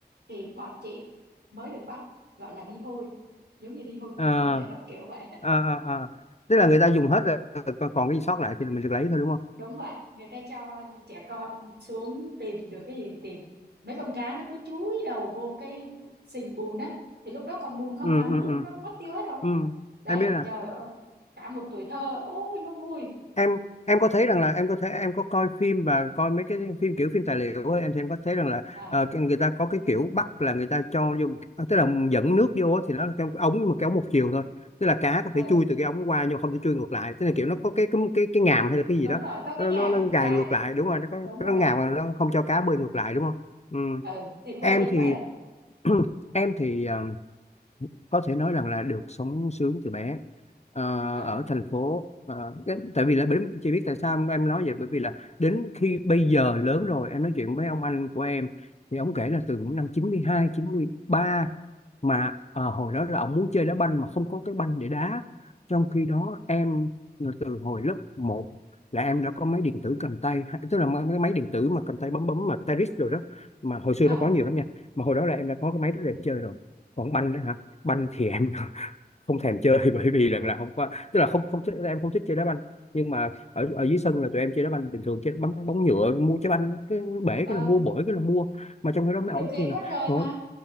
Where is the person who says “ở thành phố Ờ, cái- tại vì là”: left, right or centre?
Left